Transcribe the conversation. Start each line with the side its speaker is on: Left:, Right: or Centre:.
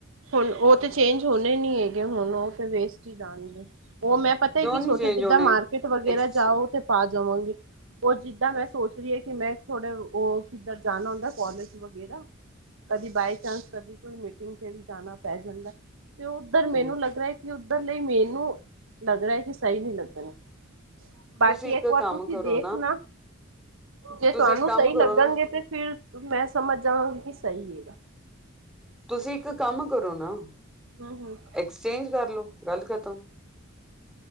Right: ਹੁਣ ਓ ਤੇ ਚੇਂਜ ਹੋਣੇ ਨੀ ਹੈਗੇ ਹੁਣ ਓ ਤੇ ਵੇਸਟ ਹੀ ਜਾਣਗੇ ਓ ਮੈਂ ਪਤਾ
Centre: ਕਿਉਂ
Right: ਕੀ
Centre: ਨਹੀਂ
Right: ਸੋਚਯਾ
Centre: ਚੇਂਜ
Right: ਜਿੱਦਾਂ
Centre: ਹੋਣੇ
Right: ਮਾਰਕੀਟ ਵਗੈਰਾ
Centre: ਐਕਸ
Right: ਜਾਓ ਤੇ ਪਾ ਜਾਵਾਂਗੀ। ਓ ਜਿੱਦਾਂ ਮੈਂ ਸੋਚ ਰਹੀ ਆ ਕਿ ਮੈਂ ਥੋੜੇ ਓ ਕਿੱਧਰ ਜਾਣਾ ਹੁੰਦਾ ਕੋਲਜ ਵਗੈਰਾ ਕਦੀ ਬਾਈ ਚਾਂਸ ਕਦੀ ਕੋਈ ਮੀਟਿੰਗ ਤੇ ਵੀ ਜਾਣਾ ਪੈ ਜਾਂਦਾ ਤੇ ਉੱਧਰ ਮੈਨੂੰ
Centre: ਹਮ
Right: ਲੱਗਦਾ ਕਿ ਉੱਧਰ ਲਈ ਮੈਨੂੰ ਲੱਗਦਾ ਕਿ ਸਈ ਨੀ ਲੱਗਣ ਗੇ। ਬਾਕੀ
Centre: ਤੁਸੀਂ
Right: ਇੱਕ ਵਾਰ
Centre: ਕੰਮ
Right: ਤੁਸੀਂ
Centre: ਕਰੋ
Right: ਦੇਖ ਨਾ ਜੇ
Centre: ਤੁਸੀਂ
Right: ਤੁਆਨੂੰ
Centre: ਇੱਕ ਕੰਮ
Right: ਸਈ
Centre: ਕਰੋ
Right: ਲੱਗਣਗੇ
Centre: ਨਾ
Right: ਤੇ ਫਿਰ ਮੈਂ ਸਮਝ ਜਾਵਾਂਗੀ ਕਿ ਸਈ ਏ।
Centre: ਤੁਸੀਂ ਇੱਕ ਕੰਮ ਕਰੋ ਨਾ
Right: ਹੂੰ ਹੂੰ
Centre: ਐਕਸਚੇਂਜ ਕਰ ਲੋ ਗੱਲ ਖਤਮ